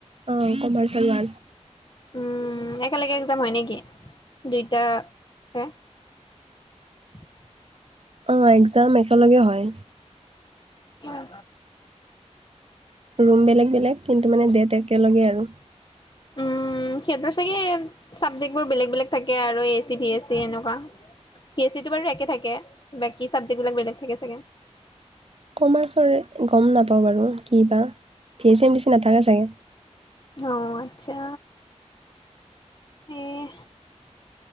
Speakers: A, on the right; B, on the left.
A: অ কমাৰ্চ আৰু আৰ্টছ।
B: উম একেলগে এক্সাম হয় নেকি দুইটা। <unintelligible>
A: অ এক্সাম একেলগে হয়।
B: কি অ।
A: ৰুম বেলেগ বেলেগ কিন্তু মানে একেলগে আৰু
B: উম, সিহঁতৰ চাগে চাবজেক্ট বোৰ বেলেগ বেলেগ থাকে আৰু A A C V A C এনেকুৱা। পিচিয়েটো বাৰু একে থাকে বাকী চাবজেক্ট বিলাক বেলেগ থাকে চাগে।
A: কমাৰ্চৰ গম নাপাওঁ বাৰু কি বা ভি এইচ এম বে চি নাথাকে চাগে।
B: অ' আচ্ছা। এই।